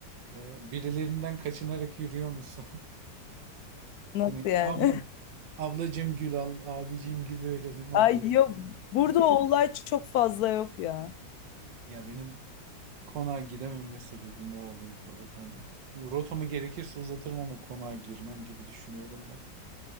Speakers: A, on the right; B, on the left.
A: e, birilerinden kaçınarak yürüyor musun? <laughs>
B: nasıl
A: Hani
B: yani?
A: abla,
B: <laughs>
A: ablacığım gül al, abicim gül verelim
B: Ay
A: abla.
B: yok. Burada o olay çok fazla yok ya.
A: Ya benim Konağa gidememe sebebim o oluyor bu arada. Hani rotamı gerekirse uzatırım ama konağa girmem gibi düşünüyorum ben.